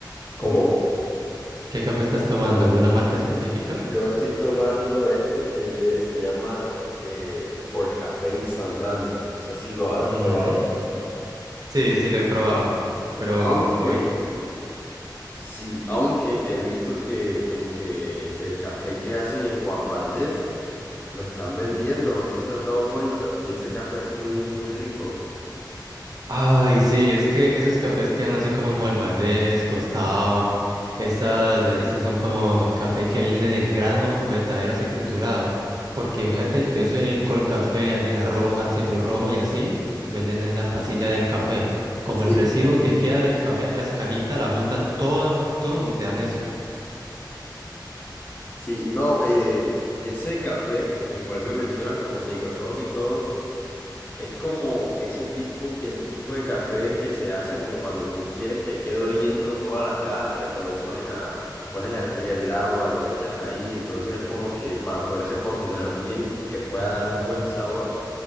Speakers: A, on the left (about 25°); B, on the right (about 55°).
A: ¿Cómo?
B: ¿Qué café estás tomando? ¿Alguna marca específica?
A: Yo estoy tomando este que se llama eh, café instantáneo. No sé si lo has
B: Ujú,
A: probado.
B: Sí, sí, lo he probado. Pero,
A: Aunque,
B: uy.
A: sí, aunque he visto que como que el café que hacen en Juan Valdez Lo están vendiendo, no sé si te has dado cuenta. Y ese café es muy, muy rico.
B: Ay, sí, es que esos cafés quedan así como en Juan Valdez, tostado. Estas de allí sí son como café que viene del grano verdadero así triturado. Porque fíjate que ese col café, águila roja, sello rojo y así, venden es la pasilla del café. Como
A: Sí.
B: el residuo que queda del café, la cascarita, la juntan toda un montón y te dan eso.
A: Sí, no, eh, ese café, del cual me mencionas como sello rojo y todo, es como ese tipo, ese tipo de café que se hace como cuando tú quieres que quede oliendo toda la casa, que lo pones a, pones a hervir el agua, lo echas ahí, entonces él como que para poderse cocinar bien, que pueda dar un buen sabor,